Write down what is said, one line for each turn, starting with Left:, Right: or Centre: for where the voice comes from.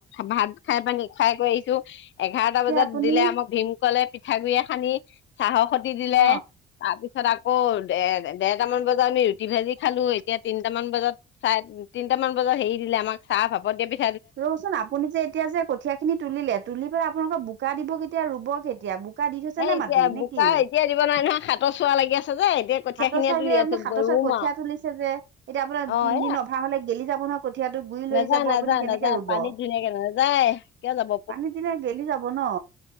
Left: ভাত খায় পানি খায় কৰি আহিলো। এঘাৰটা
Right: এতিয়া
Left: বজাত
Right: আপুনি
Left: দিলে আমাক ভীম কলে পিঠাগুড়িয়ে সানি, চাহৰ খতি দিলে।
Right: অ
Left: তাৰপিছত আকৌ দে দেৰটামান বজাত আমি ৰুটি ভাজি খালো এতিয়া তিনিটামান বজাত, চাই, তিনটামান বজাত হেৰি দিলে আমাক চাহ, ভাপত দিয়া পিঠ
Right: ৰচোন, আপুনি যে এতিয়া যে কঠিয়া খিনি তুলিলে, তুলি পেলাই আপোনালোকক বোকা দিব কেতিয়া? ৰুব কেতিয়া? বোকা দি থৈছে
Left: এই
Right: নে
Left: এতিয়া
Right: মাটি নে
Left: বোকা
Right: কি?
Left: এতিয়া দিব নোৱাৰে নহয় হাতৰ চোৱা লাগি আছে যে এতিয়া কঠীয়া
Right: হাতৰ
Left: খিনিয়ে
Right: চোৱা
Left: তুলি
Right: গে আপুনি
Left: আছো
Right: হাতৰ চোৱত
Left: ৰুম
Right: কঠীয়া
Left: আৰু
Right: তুলিছে যে, এতিয়া আপোনাৰ
Left: অ
Right: তিনদিন
Left: এ
Right: অভাৰ হ'লে গেলি যাব নহয় কঠীয়াটো গুৰি লৰি
Left: নাযায়
Right: যাব
Left: নাযায়
Right: আপুনি কেনেকে
Left: নাযায়
Right: ৰুব?
Left: পানীত ধুনীয়াকে নাযায় কিয় যাব
Right: পানীত দিলে গেলি যাব ব ন?